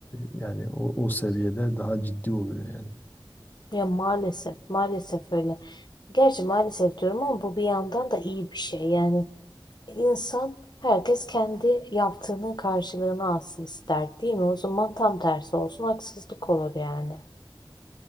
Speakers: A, on the left; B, on the left.
A: e, yani o, o seviyede daha ciddi oluyor yani.
B: Ya maalesef, maalesef öyle. Gerçi maalesef diyorum ama bu bir yandan da iyi bir şey. Yani insan herkes kendi yaptığının karşılığını alsın ister, değil mi? O zaman tam tersi olsun, haksızlık olur yani.